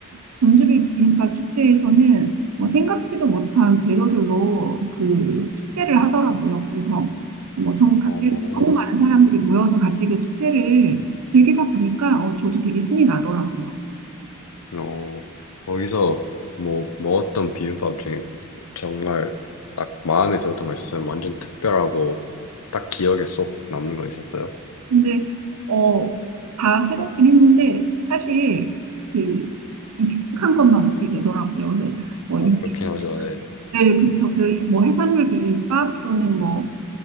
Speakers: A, on the right; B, on the left.
A: 전주 비빔밥 축제에서는 뭐 생각지도 못한 재료들로 그 축제를 하더라고요. 그래서 뭐 전국 각지에서
B: 어,
A: 너무 많은 사람들이 모여서 같이 그 축제를 즐기다 보니까 어, 저도 되게 신이 나더라고요.
B: 어, 거기서 뭐 먹었던 비빔밥 중에 정말 딱 마음에 들었던 거 있어요? 완전 특별하고 딱 기억에 쏙 남는 거 있었어요?
A: 근데 어, 다 새롭긴 했는데 사실 그 익숙한 것만 먹게 되더라고요. 근데 뭐
B: 아,
A: 육회,
B: 그렇긴 하죠, 네.
A: 네, 그쵸. 그뭐 해산물 비빔밥 또는 뭐